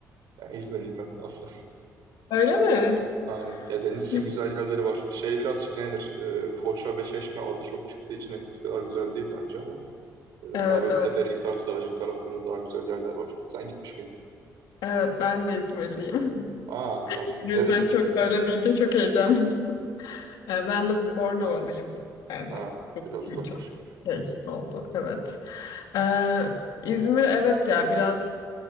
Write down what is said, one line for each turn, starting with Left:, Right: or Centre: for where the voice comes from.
Right: Yani İzmirliyim ben aslında.
Left: Öyle mi?
Right: Aynen. Ya deniz için
Left: <laughs>
Right: güzel yerleri var. şey birazcık ne denir? Ee, Foça ve Çeşme adı çok çıktığı için eskisi kadar güzel değil bence ama e,
Left: Evet,
Right: daha böyle
Left: evet.
Right: Seferihisar, Sığacık taraflarında daha güzel yerler var. Sen gitmiş miydin?
Left: Evet, ben de İzmirliyim. <laughs>
Right: Aa, an-
Left: O
Right: neresinde?
Left: yüzden çok öyle deyince çok heyecanlıyım. <laughs> Ee, ben de Bornovalıyım. Yani
Right: Ha,
Left: bu
Right: biraz
Left: şimdi
Right: uzakmış.
Left: çok şey oldu. Evet. Ee, İzmir evet ya biraz